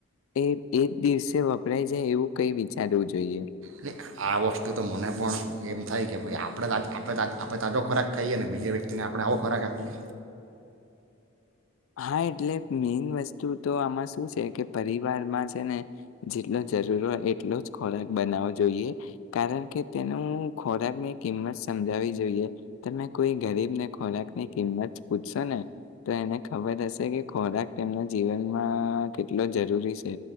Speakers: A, on the left (about 80°); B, on the right (about 75°).
A: એ એક દિવસે વપરાય જાય એવું કઈ વિચારવું જોઈએ.
B: નહીં આ વસ્તુ તો મને પણ એમ થાય કે ભાઈ આપણે આપ આપણે તાજો ખોરાક ખાઈએ અનેને બીજા વ્યક્તિને આપણે આવો ખોરાક આપીએ,
A: હા એટલે મેન વસ્તુ તો આમાં શું છે કે પર ર માં છે ને જેટલો જરૂર હોય એટલો જ ખોરાક બનાવવો જોઈએ કારણ કે તેનું ખોરાકની કિંમત સમજાવી જોઈએ, તમે કોઈ ગરીબને ખોરાકની કિંમત પૂછશો ને તો એને ખબર હશે કે ખોરાક તેમના જીવનમાં કેટલો જરૂરી છે,